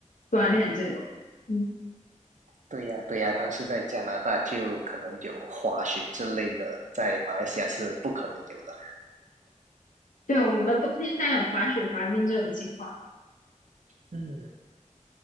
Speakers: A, on the left (about 80°); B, on the right (about 70°).
A: 锻炼这种。嗯，
B: 对呀，对呀，但是在加拿大就可能有滑雪之类的，在马来西亚是不可能有的。
A: 对，我们冬天家有滑雪、滑冰这种情况。
B: 嗯